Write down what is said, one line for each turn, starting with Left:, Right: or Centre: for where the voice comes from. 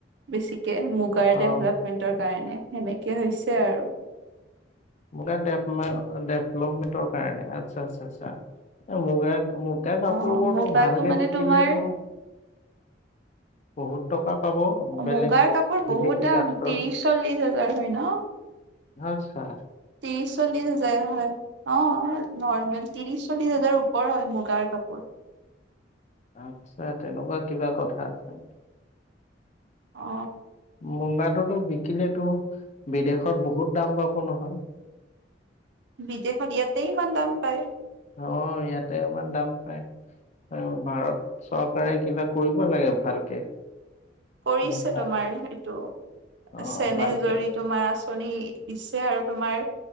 Right: বেছিকে মুগাৰ ডেভলপমেণ্টৰ
Left: অ
Right: কাৰণে সেনেকে হৈছে আৰু।
Left: মুগা ডেভমে ডেভলপমেন্টৰ কাৰণে আচ্ছা আচ্ছা আচ্ছা। এ মুগা মুগ মুগাৰ কাপোৰবোৰতো
Right: অ মুগাটো
Left: ভালকে
Right: মানে
Left: বিকিলেতো
Right: তোমাৰ
Left: বহুত টকা পাব বেলেগ
Right: মুগাৰ কাপোৰ
Left: বিদেশী
Right: বহুত দাম
Left: ৰাষ্ট্ৰত।
Right: ত্ৰিশ চল্লিশ হাজাৰ হয় ন
Left: আচ্ছা।
Right: ত্ৰিশ চল্লিশ হাজাৰ হয়। অ নৰ্মেল ত্ৰিশ চল্লিশ হাজাৰ ওপৰ হয় মুগাৰ কাপোৰ।
Left: আচ্ছা তেনেকুৱা কিবা কথা আছে নেকি?
Right: অ।
Left: মুগাটোতো বিকিলেতো বিদেশত বহুত দাম পাব নহয়।
Right: বিদেশত ইয়াতে ইমান দাম পায়।
Left: অ ইয়াতে ইমান দাম পায়। আৰু ভাৰত চৰকাৰে কিবা কৰিব লাগে ভালকে।
Right: কৰিছে
Left: মুগা
Right: তোমাৰ এইটো
Left: অ'
Right: চেনেহ
Left: ভালকে।
Right: জৰি। তোমাৰ আচনি দিছে আৰু তোমাৰ